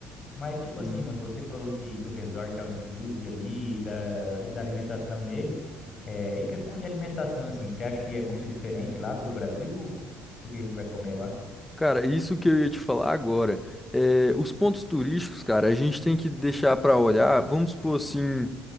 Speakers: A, on the left (about 25°); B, in the centre.
A: Mas tipo
B: Hum.
A: assim, mano, você falou de do resort all inclusive ali, da e da alimentação nele. É, e questão de alimentação assim, você acha que é muito diferente lá do Brasil? O que que a gente vai comer lá?
B: Cara, isso que eu ia te falar agora. É, os pontos turísticos, cara, a gente tem que deixar pra olhar, vamos supor assim.